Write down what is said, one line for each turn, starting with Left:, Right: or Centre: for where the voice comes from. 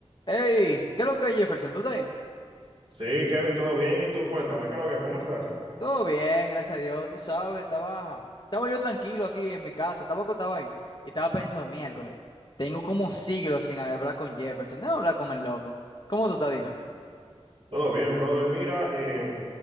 Left: Hey, ¿qué es lo que es Jefferson? ¿Tú estás bien?
Right: Sí, Kevin, todo bien. ¿Y tú? Cuéntame, ¿qué es lo que, ¿cómo estás?
Left: Todo bien, gracias a Dios, tú sabes, estaba, estaba yo tranquilo aquí en mi casa, estaba acostado ahí y estaba pensando, miércoles, tengo como siglos sin hablar con Jefferson, debo hablar con el loco. ¿Cómo tú estás? Dime.
Right: Todo bien, brother. Mira, eh,